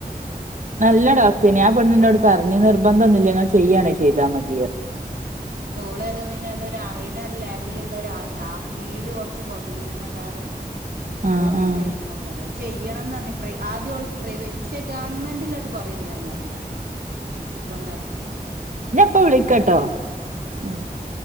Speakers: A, on the right; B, on the right.
A: ആഹ്
B: നല്ല ഡോക്റ്റേണി ആ ണ്ണിനോട് പർഞ്ഞ് നിബന്ധ ഒന്നുംല്ല. ഇങ്ങൾ ചെയ്യാണേ ചെയ്താ മതി. പറഞ്ഞ്
A: ഉം ങ്ങട്ട് ഓള് ഏതോ പിന്നെ ഏതോ അറിണ ഒരു ലാബ് ബിലുള്ള ഒരാള്ണ്ട്. ആ ഫീല് കൊർ ച്ച് കൊർഞ്ഞ്ണ്ന്നല്ലാതെ
B: ആഹ്
A: നൂറുപ്യ
B: ആഹ്
A: ആയി ന്നൊക്കെറേ ചെയ്യണംന്ന് പറഞ്ഞ് പ്രൈ ആദ്യം ഓള് പ്രൈവറ്റ് പക്ഷേ ഗവൺമെന്റിൽ അത് പറയില്ലാന്ന് പറഞ്ഞേക്കണ് നിർബന്ധാ‌ക്കിയില്ലാന്ന്
B: ഞാ ഇപ്പ വിളിക്കട്ടോ
A: ആ ആ
B: ആഹ്